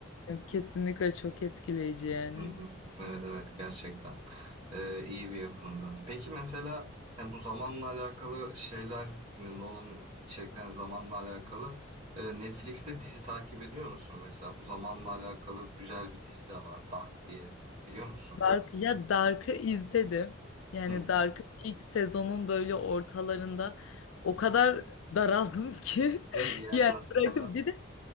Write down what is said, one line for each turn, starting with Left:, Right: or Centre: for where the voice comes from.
Left: Ya, Kesinlikle çok etkileyici yani.
Right: Hı hı. Evet evet gerçekten Ee, iyi bir yapımdı. Peki mesela hani bu zamanla alakalı şeyler hani Nolan'ın içeriklerine zamanla alakalı e, Netflix'te dizi takip ediyor musun mesela? Bu zamanla alakalı güzel bir dizi de var Dark diye biliyor musun?
Left: Dark, ya Dark'ı izledim. Yani
Right: Hı hı.
Left: Dark'ın ilk sezonun böyle ortalarında o
Right: hı.
Left: kadar daraldım ki <laughs>
Right: Değil mi bir yerden
Left: yani
Right: sonra?
Left: bıraktım. Bir de,